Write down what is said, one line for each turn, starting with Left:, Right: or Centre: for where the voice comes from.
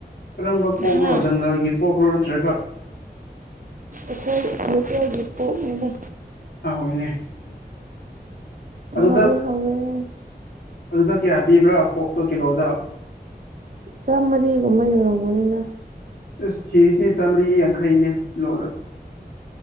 Left: ꯀꯔꯝꯕ ꯄꯣꯛꯔꯣ
Right: ꯍꯥ
Left: ꯖꯪꯒꯜꯒꯤ ꯄꯣꯛ꯭ꯔꯣ ꯅꯠꯇ꯭ꯔꯒ
Right: ꯑꯈꯣꯏ ꯃꯇꯌꯥ ꯞꯣꯛꯃꯤ
Left: ꯍ ꯏꯅꯦ ꯑꯗꯨꯗ
Right: ꯍꯥꯎꯋꯦ ꯍꯥꯎꯋꯦ
Left: ꯑꯗꯨ ꯀꯌꯥ ꯄꯕ꯭ꯔꯥ ꯄꯣꯛꯇꯣ ꯀꯤꯂꯣꯗ
Right: ꯆꯃꯔꯤꯒꯨꯝꯃ ꯌꯔ ꯃꯣꯅꯦꯗ
Left: ꯁꯤꯗꯤ ꯆꯥꯝꯃꯔꯤ ꯌꯥꯡꯈꯩꯅꯦ ꯁꯤꯂꯣꯗ